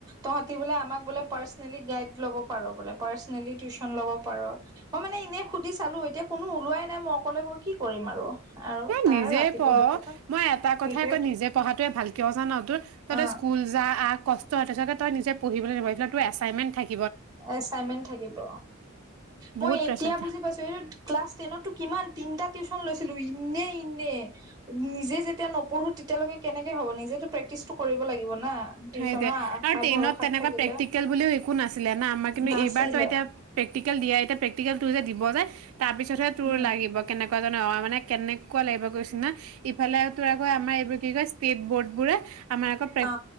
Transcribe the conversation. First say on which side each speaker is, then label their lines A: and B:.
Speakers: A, on the right; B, on the right.
A: তহতি বোলে আমাক বোলে পাৰ্চনেলি গাইড ল'ব পাৰ বোলে। পাৰ্চনেলি টিউচন ল'ব পাৰ মই মানে ইনে সুধি চালো এতিয়া কোনো ওলাই নাই মই অকলে গৈ কি কৰিম আৰু আৰু
B: এ
A: তাৰ
B: নিজে
A: ৰাতিপুৱা
B: পঢ়
A: ৰাতিপুৱা
B: মই এটা
A: সেইটোৱেইটো
B: কথাই কয় নিজে পঢ়াতয়ে ভাল না না তোৰ তাতে
A: অ
B: স্কুল যা আ কষ্ট তাৰ পিছত তই নিজেই পঢ়িবলে নাপাবি এইফালে তোৰ‌ এচাইনমেণ্ট থাকে।
A: এচাইমেনট থাকিব
B: বহুত
A: মই
B: প্ৰেচাৰ
A: এতিয়া বুজি পাইছো এইটো টো ক্লাচ টেনত টো কিমান তিনিটা টিউচন লৈছিলো ইনে ইনে নিজে যেতিয়া নপঢ়ো তেতিয়ালৈকে কেনেকে হ'ব নিজেতো প্ৰেক্টিচটো কৰিব লাগিব না টিউচনৰ
B: সেই দে
A: আশা
B: আৰু টেইনত
A: ভৰসাত
B: তেনেকুৱা
A: থাকিলে
B: প্ৰেক্টিকেল বুলিও একো নাছিলে ন আমাৰ কিন্তু
A: নাছিলে
B: এইবাৰো এতিয়া প্ৰেকটিকেল দিয়া এতিয়া প্ৰেকটিকেলটো যে দিব যে তাৰপিছতহে তোৰ
A: উম
B: লাগিব কেনেকা মানে কেনেকুৱা লাগিব কৈছিনা ইফালে তো আকৌ আমাৰ এইবোৰ কি কয় ষ্টেট বৰ্ড বোৰে আম আকৌ প্ৰে
A: অ